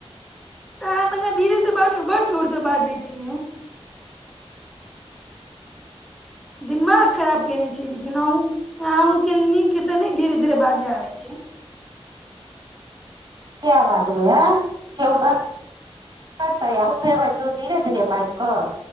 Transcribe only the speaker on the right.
कवाज केओक धीरे धीरे बाज कऽ